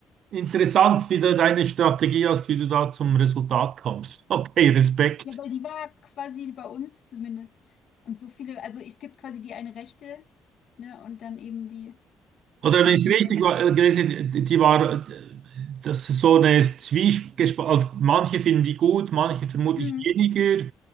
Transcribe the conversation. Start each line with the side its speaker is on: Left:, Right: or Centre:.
Right: interessant, wie du deine Strategie hast, wie du da zum Resultat kommst. <laughs> Okay, Respekt.
Left: Ja, weil die war quasi bei uns zumindest. Und so viele, also es gibt quasi die eine Rechte, ne? Und dann eben die,
Right: Oder
Left: also
Right: wenn ich
Left: die
Right: es richtig
Left: ganz.
Right: war, äh, gelesen, die die war, äh, das ist so eine Zwiespalt. Also manche finden die gut, manche vermutlich
Left: Mhm.
Right: weniger.